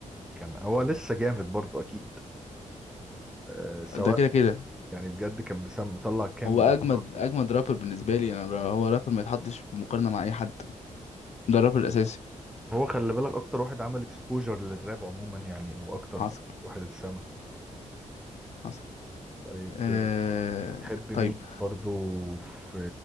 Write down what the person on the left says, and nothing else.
ده كده كده
هو اجمد
اجمد رابر بالنسبه لي انا هو رابر ما يتحطش في مقارنه مع اي حد ده الرابر الاساسي
حصل
حصل
أه...
طيب